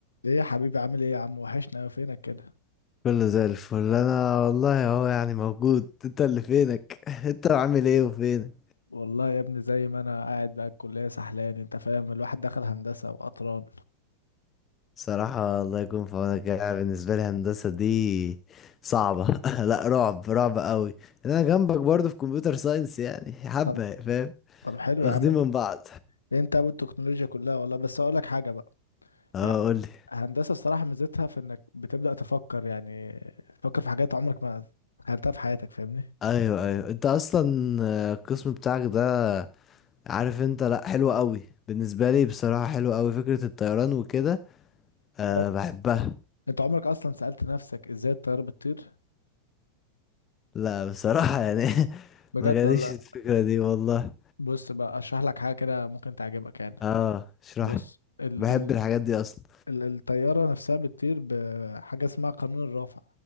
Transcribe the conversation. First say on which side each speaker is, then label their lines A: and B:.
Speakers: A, on the left; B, on the left.
A: ايه يا حبيبي عامل ايه يا عم وحشنا أوي، فينك كده
B: كله زي الفل انا والله اهو يعني موجود انت اللي فينك <laughs> انت عامل ايه وفينك
A: والله يا ابني زي ما انا قاعد بقى الكليه سحلان انت فاهم الواحد دخل هندسه وقطران
B: صراحة الله يكون في عونك يعني بالنسبة لي هندسة دي صعبة <laughs> لا رعب رعب قوي انا جنبك برضه في كمبيوتر ساينس يعني حبة
A: طب
B: فاهم
A: طب حلو
B: واخدين
A: يا عم
B: من بعض
A: انت ابو التكنولوجيا كلها والله بس اقول لك حاجه بقى
B: اه
A: يعني
B: قولي
A: هندسه الصراحه ميزتها في انك بتبدا تفكر يعني تفكر في حاجات عمرك ما تخيلتها في حياتك فاهمني
B: ايوه ايوه انت اصلا آه، القسم بتاعك ده عارف انت لا حلو قوي بالنسبة لي بصراحة حلو قوي فكرة الطيران وكده أه
A: أه.
B: بحبها
A: انت عمرك اصلا سالت نفسك ازاي الطياره بتطير
B: لا بصراحة يعني <laughs>
A: بجد
B: ما جاليش
A: ولا لأ؟
B: الفكرة دي والله
A: بص بقى اشرح لك حاجه كده ممكن تعجبك يعني
B: اه اشرح
A: بص
B: لي
A: ال
B: بحب
A: ال
B: الحاجات دي اصلا
A: ال- الطيارة نفسها بتطير بحاجة اسمها قانون الرافع